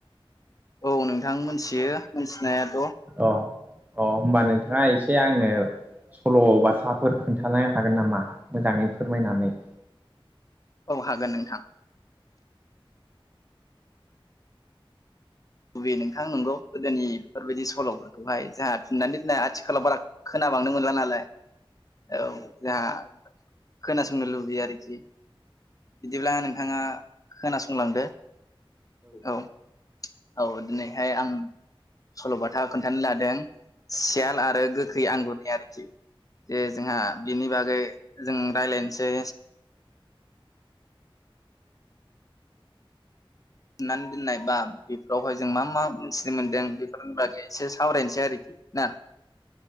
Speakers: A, on the left (about 40°); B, on the right (about 15°).
A: औ नोंथां मोनथियो मिथिनायाथ'
B: अ अ होम्बा नोंथाङा एसे आंनो सल' बाथाफोर खोन्थानो हागोन नामा मोजाङै फोरमायनानै
A: औ हागोन नोंथां बबे नोंथां नंगौ गोदोनि बेफोरबायदि सल'बो बेवहाय जोंहा थुननानै दोननाय आथिखालाव बारा खोनाबांनो मोनला नालाय। औ जोंहा खोनासंनो लुबैयो आरोखि। बिदिब्ला नोंथाङा खोनासंलांदो औ। औ दिनैहाय आं। सल'बाथा खोन्थानो लादों सियाल आरो गोखै आंगुरनि आरोखि। दे जोंहा बिनि बागै जों रायलायनोसै। थुननानै दोननाय बा बेफोरावहाय जों मा मा मोनथिनो मोनदों बेफोरनि बागै एसे सावरायनोसै आरो ना